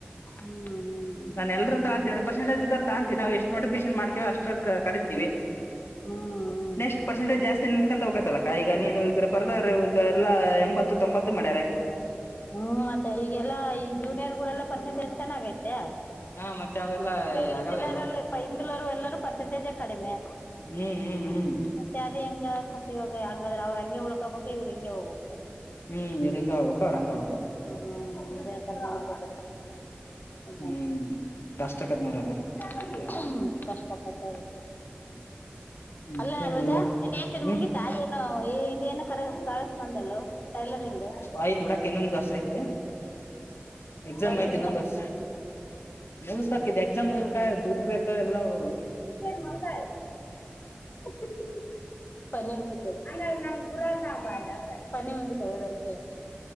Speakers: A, on the left; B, on the left.
A: ಹ್ಮ.
B: ನಾ ಎಲ್ಲರೂ ತೊಂತೀನ ಪರ್ಸೆಟೇಜ ಇದ್ದರ್ನ ತಗಂತೀವಿ ನಾವು ಎಷ್ಟ ನೋಟಿಕೇಶನ್ ಮಾಡ್ತೀವೋ ಅಷ್ಟ ಕರಿತೀವಿ.
A: ಹ್ಮ್ ಹ್ಮ್
B: ನೆಕ್ಸ್ಟ್ ಪರ್ಸೆಂಟೇಜ್ ಜಾಸ್ತಿ ನಿಲ್ ಕಂತ ಹೋಗತ್ತಲ್ಲಕ್ಕ ಈಗ ನೀನುಗ ಬರ್ದ ಎಲ್ಲಾ ಎಂಬತ್ತು ತೊಂಬತ್ತು ಮಾಡ್ಯಾರ.
A: ಹ್ಮ್ ಮತ್ತೆ ಈಗೆಲ್ಲಾ ಈ ಜೂನಿಯರ್ ಗಳೆಲ್ಲಾ ಪರ್ಸೆಂಟೇಜ್ ಚೆನ್ನಾಗೈತೆ.
B: ಹಾ ಮತ್ತೆ ಅವೆಲ್ಲ
A: ಇವಾಗ ಹಿಂದಿಲಿ
B: ಆಗಲ್ಲ
A: ಯಾರೂ
B: ಎಲ್ಲ
A: ಇಲ್ಲಪಾ ಹಿಂದಿಲರು ಎಲ್ಲರೂ ಪರ್ಸೆಂಟೇಜ ಕಡಿಮೆ
B: ಹ್ಮ್ ಹ್ಮ್ ಹ್ಮ್
A: ಮತ್ತೆ ಅದೇ ಹೆಂಗ ಕಸ ಹಂಗಾದ್ರ ಅವ್ರ ಹಂಗೆ ಉಳ್ಕೋಬೇಕು ಇವ್ರರು ಹೆಂಗೆ ಹೋಗ್ಬೇಕು
B: ಹ್ಮ್ ಇವ್ರ್ ಇಂಗ ಹೋಗ್ಬೇಕು ಅವ್ರು ಅಂಗೇ ಹೋಗ್ಬೇಕು
A: ಹ್ಮ್ ಇತ ನೋಡ್ಬೋ್ರ <inaudible> ಹ <inaudible>
B: ಹ್ಮ್ ಕಷ್ಟ ಆಕತ್ ನೋಡಲ್ಲ
A: ಹ್ಮ ಕಷ್ಟ ಆ
B: ಮತ್ತೆ
A: ಅಲ್ಲೇ ನನ್ೇತ
B: ಇವ ಹ್ಮ್
A: ಮುಗ <inaudible> ತಾಯ ಏನು ಇದ ಏನು ಕ ಕಸ್ ಬಂದಲ್ಲು ಟೈಲರಿಂಗ್
B: ಆಯ್ ಬಿಡಕ್ ಇನ್ನೊ ವರ್ಸ ಐತೆ ಎಕ್ಸಾಮ್
A: ಟೈಲರಿಂಗ್
B: ಐತಿ ನಂದರ್
A: ಕಲಸ
B: ನಗಸ್ಬೇಕಕ್ ಎಕ್ಸಾಮ್ ಮುಗಿಬೇಕ್ ದುಡ್ ಬೇಕಾದ ಎಲ್ಲ <unintelligible>
A: ಮಂಗ <inaudible> ಪನಿ ಉಂದದೆ ಅಂದ್ರ ನಮ ಗುರ ಆಬ್ಬಾದ ಅದ್ರೆ ಪನಿ ಉಂದತದೆ ಅದನಕ್ಕೆ <inaudible>